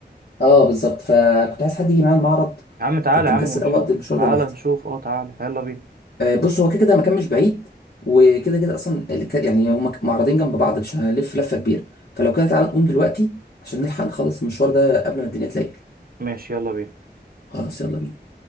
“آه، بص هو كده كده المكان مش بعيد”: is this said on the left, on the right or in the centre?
Left